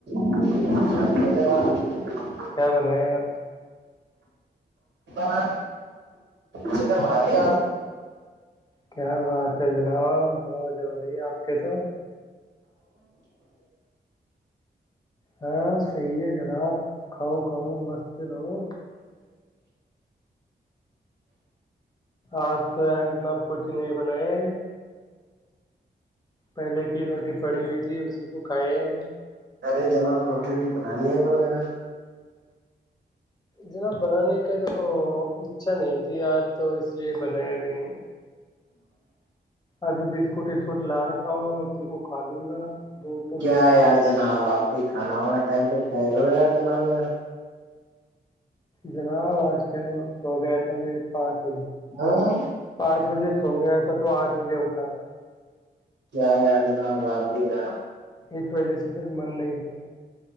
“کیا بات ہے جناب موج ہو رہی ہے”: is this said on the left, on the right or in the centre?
Left